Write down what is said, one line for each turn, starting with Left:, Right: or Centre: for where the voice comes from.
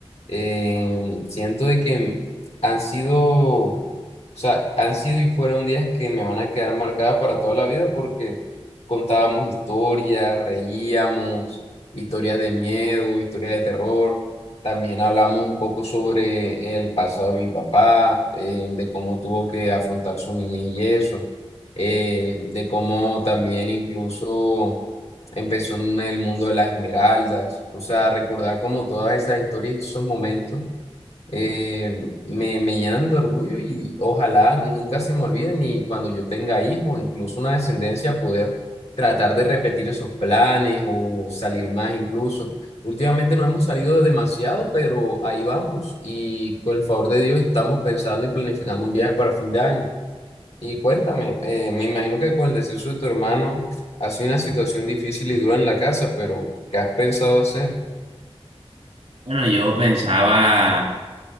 Left: eh, siento de que han sido, o sea, han sido y fueron días que me van a quedar marcadas para toda la vida porque contábamos historias, reíamos, historias de miedo, historias de terror. También hablamos un poco sobre el pasado de mi papá, eh, de cómo tuvo que afrontar su niñez y eso, eh, de cómo también incluso empezó en el mundo de las esmeraldas, o sea, recordar como todas esas historias y esos momentos eh, me, me llenan de orgullo y ojalá nunca se me olviden y cuando yo tenga hijos, incluso una descendencia, poder tratar de repetir esos planes o salir más incluso. Últimamente no hemos salido demasiado, pero ahí vamos y con el favor de Dios estamos pensando y planificando un viaje para fin de año. Y cuéntame, eh, me imagino que con el deceso de tu hermano ha sido una situación difícil y dura en la casa, pero ¿qué has pensado hacer?
Right: Bueno, yo pensaba